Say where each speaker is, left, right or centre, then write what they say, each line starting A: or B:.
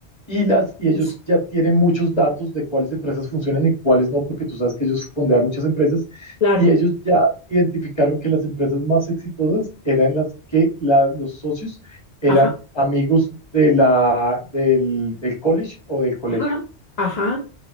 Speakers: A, on the left; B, on the left.
A: y, las, y ellos
B: y s-
A: ya tienen muchos datos de cuáles empresas funcionan y cuáles no, porque tú sabes que ellos fondean muchas empresas
B: claro,
A: y ellos ya identificaron que las empresas más exitosas eran las que la, los socios eran
B: ajá,
A: amigos de la, del, del college o del colegio.
B: ajá, ajá.